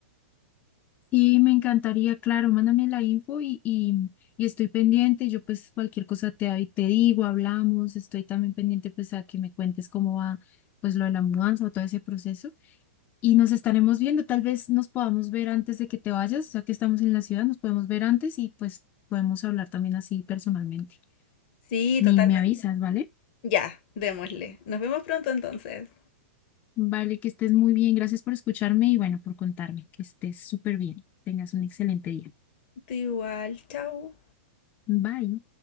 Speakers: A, on the left; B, on the left.
A: Sí, me encantaría, claro, mándame la info y, y, y estoy pendiente. Yo pues cualquier cosa te, ahí te digo, hablamos, estoy también pendiente pues a que me cuentes cómo va pues lo de la mudanza o todo ese proceso. Y nos estaremos viendo, tal vez nos podamos ver antes de que te vayas, ya que estamos en la ciudad, nos podemos ver antes y pues podemos hablar también así personalmente.
B: Sí,
A: Me,
B: totalmente.
A: me avisas, ¿vale?
B: Ya, démosle. Nos vemos pronto entonces.
A: Vale, que estés muy bien. Gracias por escucharme y bueno, por contarme, que estés súper bien. Tengas un excelente día.
B: Tú igual, chao.
A: Bye.